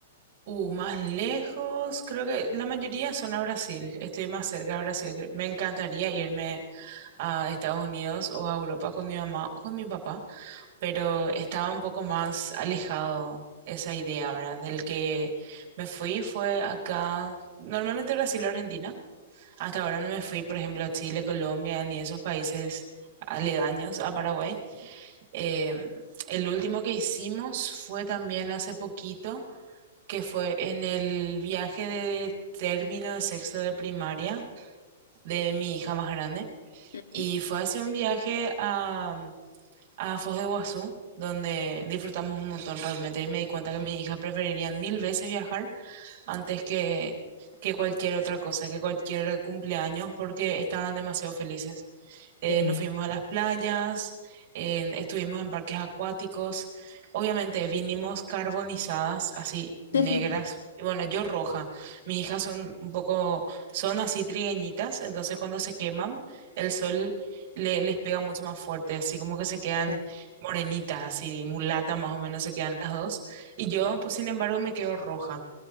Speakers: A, on the right; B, on the left.
A: Uh, más lejos, creo que la mayoría son a Brasil. Estoy más cerca a Brasil. Me encantaría irme a Estados Unidos o a Europa con mi mamá o con mi papá, pero estaba un poco más alejado esa idea, ¿verdad? Del que me fui fue acá, normalmente Brasil o Argentina, hasta ahora no me fui, por ejemplo, a Chile, Colombia, ni esos países aledaños a Paraguay. Eh, el último que hicimos fue también hace poquito, que fue en el viaje de término de sexto de primaria de mi hija más grande.
B: Ujú.
A: Y fue hacia un viaje a, a Foz de Iguazú, donde disfrutamos un montón realmente. Y me di cuenta que mis hijas preferirían mil veces viajar antes que, que cualquier otra cosa, que cualquier cumpleaños, porque estaban demasiado felices eh,
B: Sí.
A: nos fuimos a las playas, en- estuvimos en parques acuáticos, obviamente vinimos carbonizadas, así negras,
B: <laughs>
A: y bueno, yo roja, mis hijas son un poco, son así trigueñitas, entonces cuando se queman, el sol le- les pega mucho más fuerte, así como que se quedan
B: Claro,
A: morenitas, así mulatas más o menos se quedan las dos, y yo, pues sin embargo, me quedo roja.